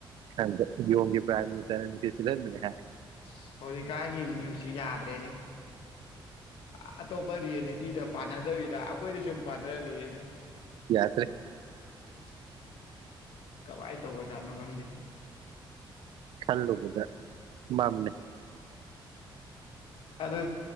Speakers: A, on the right; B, on the left.
A: ꯑꯗ ꯌꯣꯡꯒꯤ ꯄ꯭ꯔꯥꯏꯝ ꯃꯤꯅꯤꯁꯇꯔꯅ ꯅꯨꯡꯁꯤꯠ ꯁꯤꯠꯂꯟꯕꯅꯦ ꯍꯥꯏ
B: ꯁ ꯍꯧꯖꯤꯛꯀꯥꯟꯒꯤ ꯅ꯭ꯌꯨꯁꯁꯤ ꯌꯥꯗ꯭ꯔꯦꯅꯦ ꯆ ꯑꯇꯣꯞꯄ ꯔꯤꯌꯦꯂꯤꯇꯤꯗ ꯄꯥꯟꯅꯗꯕꯤꯗ ꯑꯩꯈꯣꯏꯗ ꯁꯨꯝ ꯄꯥꯟꯅꯔ ꯂꯩꯔꯦꯅꯦ
A: ꯌꯥꯗ꯭ꯔꯦ
B: <inaudible> ꯀꯃꯥꯏꯇꯧꯕ ꯖꯥꯠꯅꯣ ꯈꯪꯗꯦ
A: ꯈꯜꯂꯨꯕꯗ ꯃꯝꯃꯦ
B: ꯑꯗꯨ